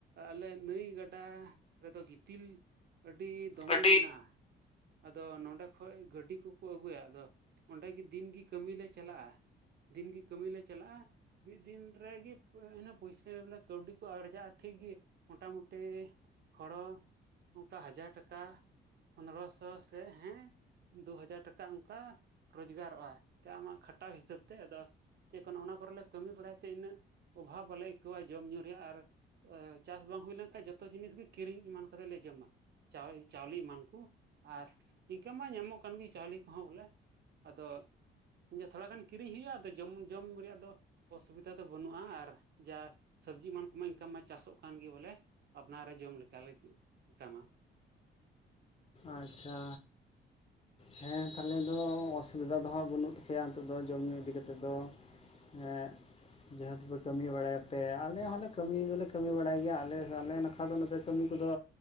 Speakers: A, on the right; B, on the left.
A: ᱟᱞᱮ ᱱᱟᱹᱭ ᱜᱟᱰᱟ ᱨᱮᱫᱚ ᱜᱤᱛᱤᱞ ᱟᱹᱰᱤ ᱫᱚᱢᱮ
B: ᱟᱹᱰᱤ
A: ᱢᱮᱱᱟᱜᱼᱟ ᱾ ᱟᱫᱚ ᱱᱚᱸᱰᱮ ᱠᱷᱚᱡ ᱜᱟᱹᱰᱤ ᱠᱚᱠᱚ ᱟᱹᱜᱩᱭᱟ ᱟᱫᱚ ᱚᱸᱰᱮᱜᱤ ᱫᱤᱱᱜᱤ ᱠᱟᱹᱢᱤ ᱞᱮ ᱪᱟᱞᱟᱜᱼᱟ ᱾ ᱫᱤᱱᱜᱤ ᱠᱟᱹᱢᱤ ᱞᱮ ᱪᱟᱞᱟᱜᱼᱟ ᱾ ᱢᱤᱫ ᱫᱤᱱ ᱨᱮᱜᱮ ᱤᱱᱟᱹ ᱯᱩᱭᱥᱟᱹ ᱵᱚᱞᱮ ᱠᱟᱹᱣᱰᱤ ᱠᱚ ᱟᱨᱡᱟᱜᱼᱟ ᱴᱷᱤᱠᱜᱤ, ᱢᱚᱴᱟᱢᱩᱴᱤ ᱦᱚᱲᱚ ᱱᱚᱝᱠᱟ ᱦᱟᱡᱟᱨ ᱴᱟᱠᱟ ᱯᱚᱱᱨᱚᱥ ᱥᱚ ᱥᱮᱫ ᱦᱮᱸ ᱫᱩ ᱦᱟᱡᱟᱨ ᱴᱟᱠᱟ ᱚᱱᱠᱟ ᱨᱚᱡᱽᱜᱟᱨᱚᱜᱼᱟ ᱮᱱᱛᱮ ᱟᱢᱟᱜ ᱠᱷᱟᱴᱟᱣ ᱦᱤᱥᱟᱹᱵ ᱛᱮ ᱟᱫᱚ ᱪᱮᱫ ᱠᱚᱱᱚ ᱚᱱᱟ ᱠᱚᱨᱮᱞᱮ ᱠᱟᱹᱢᱤ ᱵᱟᱲᱟᱭ ᱛᱮ ᱤᱱᱟᱹᱜ ᱚᱵᱷᱟᱵᱽ ᱵᱟᱞᱮ ᱟᱹᱭᱠᱟᱹᱣᱟ ᱡᱚᱢᱧᱩ ᱨᱮᱭᱟᱜ ᱟᱨ ᱟᱮ... ᱪᱟᱥ ᱵᱟᱝ ᱦᱩᱭ ᱞᱮᱱᱠᱷᱟᱡ ᱡᱚᱛᱚ ᱡᱤᱱᱤᱥ ᱜᱮ ᱠᱤᱨᱤᱧ ᱮᱢᱟᱱ ᱠᱟᱛᱮᱜ ᱞᱮ ᱡᱚᱢᱟ ᱫᱟᱣ... ᱪᱟᱣᱞᱮ ᱮᱢᱟᱱ ᱠᱚ ᱟᱨ ᱤᱱᱠᱟᱹ ᱢᱟ ᱧᱟᱢᱚᱜ ᱠᱟᱱ ᱜᱮ ᱪᱟᱣᱞᱮ ᱠᱚᱦᱚᱸ ᱵᱚᱞᱮ ᱟᱫᱚ ᱛᱷᱚᱲᱟ ᱜᱟᱱ ᱠᱤᱨᱤᱧ ᱦᱩᱭᱩᱜᱼᱟ ᱟᱫᱚ ᱡᱚᱢ ᱡᱚᱢ ᱨᱮᱭᱟᱜ ᱫᱚ ᱚᱥᱩᱵᱤᱫᱟ ᱫᱚ ᱵᱟᱹᱱᱩᱜᱼᱟ ᱟᱨ ᱡᱟ ᱥᱚᱵᱽᱡᱤ ᱮᱢᱟᱱ ᱠᱚᱢᱟ ᱤᱱᱠᱟᱢ ᱢᱟ ᱪᱟᱥᱚᱜ ᱠᱟᱱᱜᱮ ᱵᱚᱞᱮ ᱟᱯᱱᱟᱨ ᱨᱮ ᱡᱚᱢ ᱞᱮᱠᱟ ᱞᱟᱜᱤᱫ ᱠᱟᱱᱟ
B: ᱟᱪᱪᱷᱟ ᱦᱮᱸ ᱛᱟᱦᱚᱞᱮ ᱫᱚ ᱚᱥᱩᱵᱤᱫᱷᱟ ᱫᱚ ᱦᱟᱸᱜ ᱵᱟᱹᱱᱩᱜ ᱛᱟᱯᱮᱭᱟ ᱱᱤᱛᱚᱜ ᱫᱚ ᱡᱚᱢ ᱧᱩ ᱤᱫᱤ ᱠᱟᱛᱮᱫ ᱫᱚ ᱦᱮ ᱡᱟᱦᱟ ᱫᱚᱯᱮ ᱠᱟᱹᱢᱤ ᱵᱟᱲᱟᱭ ᱟᱯᱮ ᱟᱞᱮ ᱦᱚᱸᱞᱮ ᱠᱟᱹᱢᱤ ᱫᱚᱞᱮ ᱠᱟᱹᱢᱤ ᱵᱟᱲᱟᱭ ᱜᱮᱭᱟ ᱟᱞᱮ ᱟᱞᱮ ᱱᱟᱠᱷᱟ ᱫᱚ ᱱᱚᱛᱮ, ᱠᱟᱹᱢᱤ ᱠᱚᱫᱚ